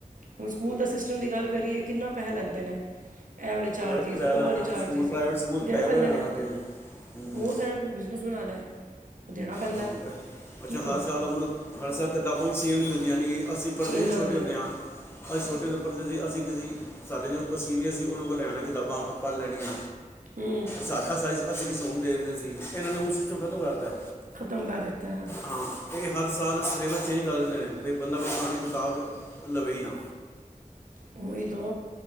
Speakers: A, on the right; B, on the left.
A: ਹੁਣ ਸਕੂਲ ਦਾ ਸਿਸਟਮ ਦੀ ਗੱਲ ਕਰੀਏ ਕਿੰਨਾ ਪੈਸਾ ਲੈਂਦੇ ਨੇ ਐ ਵਾਲੇ ਚਾਰਜੀਸ
B: ਬੜੇ ਪੈਸੇ
A: ਉਹ
B: ਲਾਣ
A: ਆਲੇ
B: ਲੱਗੇ
A: ਚਾਰਜੀਸ
B: ਸਕੂਲ ਪ੍ਰਾਈਵੇਟ ਸਕੂਲ
A: ਦੇਣੇ
B: ਪੈਸੇ
A: ਪੈਂਦੇ
B: ਬੜੇ ਲਾਣ
A: ਨੇ
B: ਲੱਗੇ ਹੂੰ
A: ਬਹੁਤ ਆ ਇਹਨਾਂ ਨੂੰ ਤਾਂ ਬਿਜ਼ਨਸ ਬਣਾ ਲਿਆ। ਉਹ ਦੇਣਾ ਪੈਂਦਾ
B: ਹ
A: ਹੈ।
B: ਅੱਛਾ
A: ਕੀ ਕਰੋ
B: ਹਰ ਸਾਲ ਉਹਣੂੰ ਹਰ ਸਾਲ ਕਿਤਾਬਾਂ ਵੀ ਸੇਮ ਨਹੀਂ ਮਿਲਦੀਆਂ ਨੇ ਅਸੀਂ ਪੜ੍ਹਦੇ
A: ਚੇਂਜ
B: ਦੇ
A: ਕਰ
B: ਛੋਟੇ
A: ਦਿੰਦੇ
B: ਹੁੰਦੇ
A: ਨੇ
B: ਆ ਅਸੀ ਛੋਟੇ ਪ੍ਰ ਤੁਂ ਅਸੀਂ ਕਿਸੇ ਸਾਡੇ ਜੋ ਕੋ ਸੀਨੀਅਰ ਸੀ, ਉਹਨਾਂ ਕੋਲ ਲੈਣਾ ਕਿਤਾਬਾਂ ਆਪਾਂ ਲੈਣੀਆਂ।
A: ਹੂੰ।
B: ਸਾ ਅ ਅਸੀਂ ਕਿਸੀ ਔਰ ਨੂੰ ਦੇ ਦਿੰਦੇ ਸੀ, ਇਹਨਾਂ ਨੇ ਉਹ ਸਿਸਟਮ ਖ਼ਤਮ ਕਰ ਦਿੱਤਾ।
A: ਖਤਮ ਕਰ ਦਿੱਤੇੇ।
B: ਹਾਂ ਇਹ ਹਰ ਸਾਲ ਸਿਲੇਬਸ ਚੇਂਜ ਕਰ ਦਿੰਦੇ ਨੇ, ਵੀ ਬੰਦਾ ਕੋਈ ਪੁਰਾਣੀ ਕਿਤਾਬ ਲਵੇ ਹੀ ਨਾ।
A: ਉਹੀ ਦੋ